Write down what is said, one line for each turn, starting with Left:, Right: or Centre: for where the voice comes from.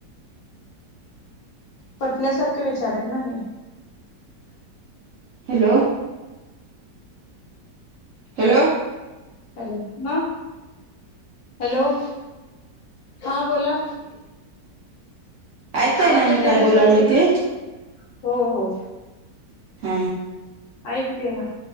Left: पटण्यासारखे विचारेत ना हे.
Right: हॅलो! हॅलो!
Left: हॅलो मा. हॅलो हा बोला.
Right: ऐकताय
Left: आवाज
Right: ना
Left: येत
Right: मी
Left: नाही
Right: काय
Left: रेंज
Right: बोलायलोय
Left: जात नाही
Right: ते
Left: का? हो हो
Right: हा
Left: आयकते ना.